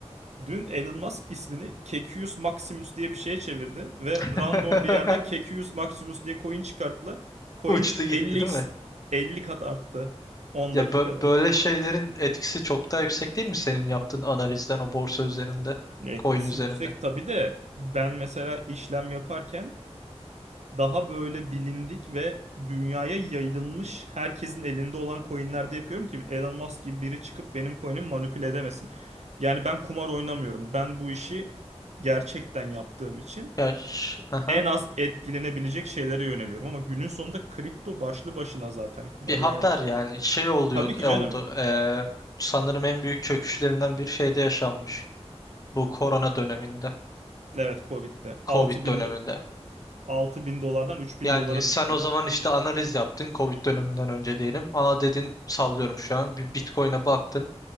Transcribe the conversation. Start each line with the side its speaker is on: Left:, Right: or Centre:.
Right: Dün Elon Musk ismini Kekius Maximus diye bir şeye çevirdi ve
Left: <laughs>
Right: random bir yerde Kekius Maximus diye coin çıkarttılar. Coin
Left: uçtu gitti
Right: 50x
Left: değil mi?
Right: 50 kat arttı 10
Left: Ya
Right: dakikada.
Left: bö- böyle şeylerin etkisi çok daha yüksek değil mi senin yaptığın analizden o borsa üzerinde,
Right: Etkisi
Left: coin üzerinde?
Right: yüksek tabii de ben mesela işlem yaparken daha böyle bilindik ve dünyaya yayılmış herkesin elinde olan coinlerde yapıyorum ki Elon Musk gibi biri çıkıp benim coin'imi manipüle edemesin. Yani ben kumar oynamıyorum. Ben bu işi gerçekten yaptığım için
Left: Ya ş- hı, hı.
Right: en az etkilenebilecek şeylere yöneliyorum. Ama günün sonunda kripto başlı başına zaten kumar.
Left: bir haber
Right: Yani
Left: yani şey oluyor
Right: tabii ki
Left: e,
Right: canım.
Left: oldu. e, sanırım en büyük çöküşlerinden bir şeyde yaşanmış. Bu korona döneminde,
Right: Evet Covid'de
Left: Covid
Right: altı
Left: döneminde.
Right: bin do- 6000 dolardan 3000
Left: Yani
Right: dolara
Left: sen
Right: düştü.
Left: o zaman işte analiz yaptın Covid döneminden önce diyelim. Aa dedin sallıyorum şu an bir Bitcoin'e baktın.